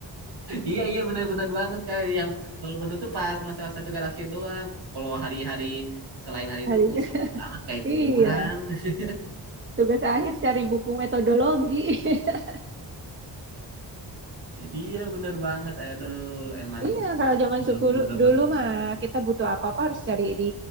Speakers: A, on the right (about 60°); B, on the right (about 25°).
A: Iya iya benar-benar banget kak yang kalau menu tuh pas masalah satu galaksi doang. Kalau hari-hari selain hari
B: Hari
A: itu uh sepi banget kayak
B: Iya,
A: kuburan. <laughs>
B: tugas akhir cari buku metodologi. <laughs>
A: Iya bener banget. Aduh emang
B: Iya, kalau zaman
A: jadul
B: suku lu-
A: babang.
B: dulu mah kita butuh apa-apa harus cari di